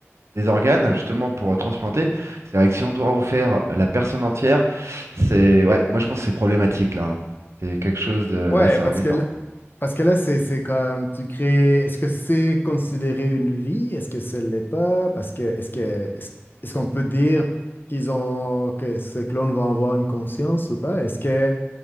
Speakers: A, on the right (about 70°); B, on the left (about 45°).
A: des organes, justement, pour euh, transplanter. C'est vrai que si on doit refaire la personne entière, c'est... Ouais, moi, je pense que c'est problématique, là. hein. C'est quelque chose de... Là,
B: Ouais,
A: c'est
B: parce
A: embêtant.
B: que, l- parce que là, c'est, c'est comme tu crées. Est-ce que c'est considéré une vie? Est-ce que ce l'est pas? Parce que est-ce que est-ce, est-ce qu'on peut dire qu'ils ont que ces clones vont avoir une conscience ou pas? Est-ce que